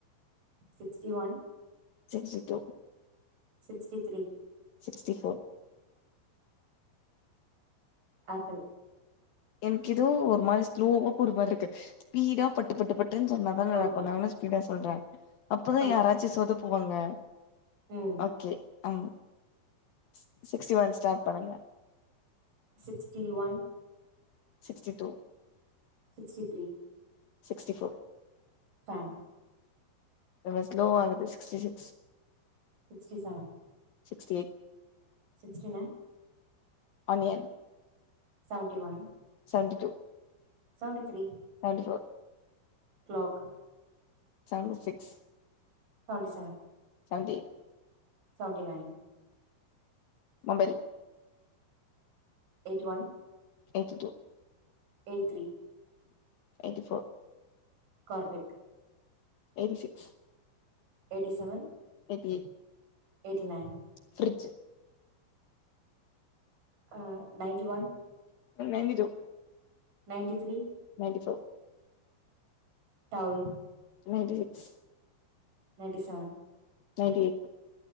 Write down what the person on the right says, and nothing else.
sixty one
sixty three
apple
ஓகே
ஓகே
ம்
Sixty one
sixty three
fan
sixty seven
sixty nine
seventy one
seventy three
clock
seventy seven
seventy nine
eighty one
eighty three
carpet
eighty seven
eighty nine
ஆ ninety one
ninety three
down
ninety seven